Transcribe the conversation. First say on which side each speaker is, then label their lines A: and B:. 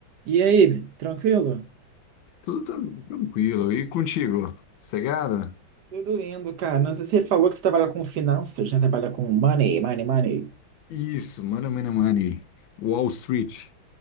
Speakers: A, on the right (about 65°); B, on the left (about 75°).
A: E aí, tranquilo?
B: Tudo tran- tranquilo. E contigo? Sossegado?
A: Tudo lindo, cara. Não sei se você falou que você trabalha com finanças, né? Trabalha com money, money, money.
B: Isso, mano, mano, money. Wall Street,